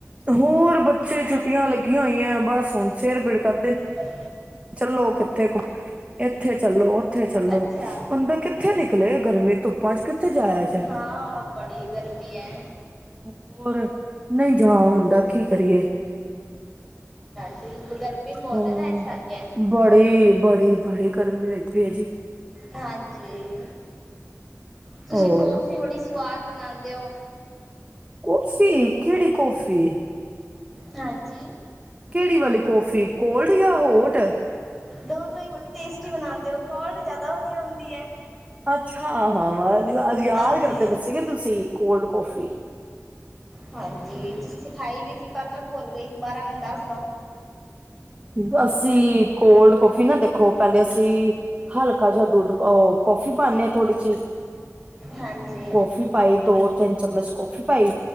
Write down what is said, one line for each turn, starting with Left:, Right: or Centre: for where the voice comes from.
Right: ਹੋਰ ਬੱਚੇ ਛੁੱਟੀਆਂ ਲੱਗ ਹੋਈਆਂ ਬਸ ਹੁਣ ਸਿਰ ਪੀੜ ਕਰ
Centre: ਹਾਂ
Right: ਚੱਲੋ ਕਿੱਥੇ ਘੁੰਮਣ ਇੱਥੇ ਚੱਲੋ ਉੱਥੇ ਚੱਲੋ
Centre: ਅੱਛਾ
Right: ਬੰਦਾ ਕਿੱਥੇ ਨਿਕਲੇ ਗਰਮੀ ਧੁੱਪਾਂ ਚ ਕਿੱਥੇ ਕਿੱਥੇ ਜਾਇਆ ਚ
Centre: ਹਾਂ ਬੜੀ ਗਰਮੀ ਹੈ
Right: ਹੋਰ ਨਹੀਂ ਜਾ ਹੁੰਦਾ ਕੀ ਕਰੀਏ
Centre: <unintelligible>
Right: ਹੂੰ
Centre: ਹੈ ਨਾ ਇਸ ਕਰਕੇ
Right: ਬੜੀ-ਬੜੀ-ਬੜੀ। ਗਰਮੀ ਹੋਈ ਪਈ ਹੈ ਜੀ।
Centre: ਹਾਂਜੀ, ਤੁਸੀਂ
Right: ਹੋਰ
Centre: ਕਾਫੀੱ ਬੜੀ ਸਵਾਦ ਬਣਾਉਂਦੇ ਹੋ।
Right: ਓਸੀ ਕਿਹੜੀ ਕੌਫੀ?
Centre: ਹਾਂਜੀ।
Right: ਕਿਹੜੀ ਵਾਲੀ ਕੋੌਫੀ, ਕੋਲਡ ਜਾਂ ਹੋਠ।
Centre: ਦੋਨੋ ਹੀ ਬੜੀ ਟੇਸਟੀ ਬਣਾਉਦੇ ਹੋ, ਕੋਲਡ ਜਿਆਦਾ ਵਧੀਆ ਹੁੰਦੀ ਹੈ।
Right: ਅੱਛਾ, ਹਾਂ ਵਸ ਅਜ ਯਾਦ
Centre: ਹਾਂਜੀ
Right: ਕਰਦੇ ਪਏ ਸੀਗੇ ਤੁਸੀਂ ਕੋਲਡ ਕੋਫੀ।
Centre: ਹਾਂਜੀ, ਤੁਸੀਂ ਸਿਖਾਈ ਵੀ ਸੀ, ਪਰ ਮੈਂ ਭੁੱਲ ਗਈ ਦੁਬਾਰਾ ਮੈਨੂੰ ਦੱਸ ਦੋ।
Right: ਦਸੀ ਕੋਲਡ ਕਫੀ ਨਾ ਦੇਖੋ, ਪਹਿਲੇ ਅਸੀਂ ਹਲਕਾ ਜਿਹਾ ਦੁੱਧ ਕੋੌਫੀ ਪਾਉਦੇ ਹ ਥੋੜ੍ਹੀ ਜਿਹੀ
Centre: ਹਾਂਜੀ
Right: ਕੌਫੀ ਪਾਈ ਦੋ ਤਿੰਨ ਚਮਚ ਕੌਫੀ ਪਾਈ